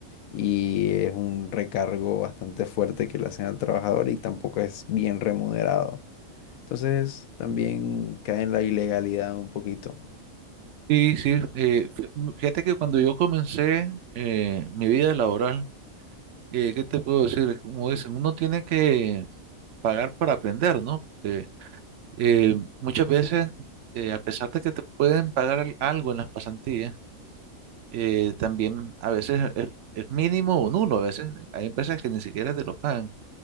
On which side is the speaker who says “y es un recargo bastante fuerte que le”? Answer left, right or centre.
Left